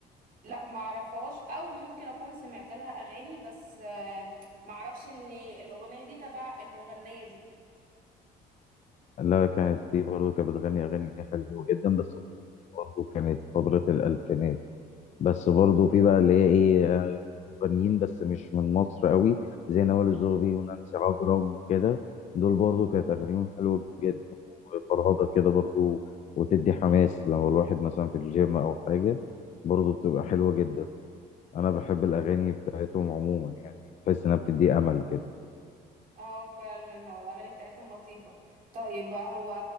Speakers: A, on the right; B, on the left.
A: لا ما اعرفهاش او ممكن اكون سمعت لها اغاني بس آه، ما اعرفش ان الاغنيه دي تبع المغنيه دي
B: لا لا كانت دي برضو كانت بتغني اغاني حلوه جدا بس برضو كانت فتره الالفينات بس برضو في بقى اللي هي ايه آه، مغنيين بس مش من مصر قوي زي نوال الزغبي ونانسي عجرم وكده دول برضو كانت اغانيهم حلوه جدا فرهضة كده برضو وتدي حماس لو الواحد مثلا في الجيم أو حاجة برضو بتبقى حلوة جدا أنا بحب الأغاني بتاعتهم عموما يعني تحس إنها بتدي أمل كده
A: اه فعلا هو الاغاني بتاعتهم لطيفه طيب هو